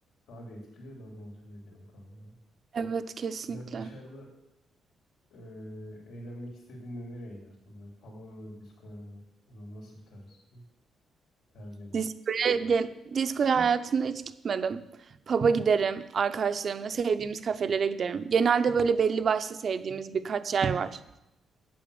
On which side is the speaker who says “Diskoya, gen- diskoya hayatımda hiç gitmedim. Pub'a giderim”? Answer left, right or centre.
Right